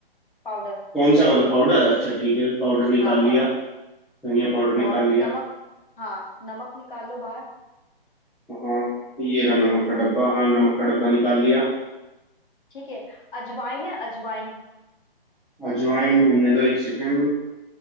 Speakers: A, on the left (about 55°); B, in the centre.
A: पाउडर
B: कौन सा वाला पाउडर अच्छा ठीक है पाउडर निकाल
A: हाँ पाउडर
B: लिया धनिया पाउडर
A: और
B: निकाल लिया
A: नमक हाँ नमक निकाल लो बाहर
B: हाँ ये रहा नमक का डब्बा हाँ नमक का डब्बा निकाल लिया
A: ठीक है अजवाइन है अजवाइन
B: अजवाइन ढूंढने दो एक सेकंड